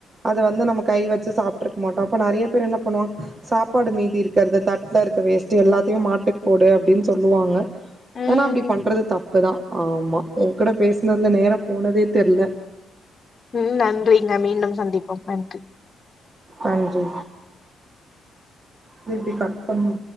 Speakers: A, on the right; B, on the left.
A: அத வந்து நம்ம கை வெச்சு சாப்ட்ருக்க மாட்டோ அப்ப நறைய பேர் என்ன பண்ணுவாங் சாப்பாடு மீதி இருக்கற்து தட்ல இருக்க வேஸ்ட்டு எல்லாத்திமே மாட்டுக் போடு அப்டின் சொல்லுவாங்க
B: ம்
A: ஏனா அப்டி பண்றது தப்புதா ஆமா உங்கூட பேசுனதுல நேரம் போனதே தெர்ல
B: ம் நன்றிங்க மீண்டும் சந்திப்போம் நன்றி
A: அஞ்சி இத இப்டி கட் பண்ணு